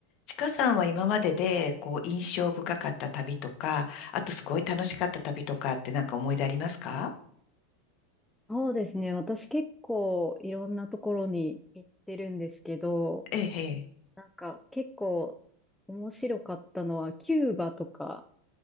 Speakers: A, on the left; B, in the centre.
A: ちかさんは今までで、こう、印象深かった旅とか、あとすごい楽しかった旅とかってなんか思い出ありますか
B: そうですね。私結構いろんなところに行ってるんですけど、
A: ええ、ええ
B: なんか結構面白かったのはキューバとか、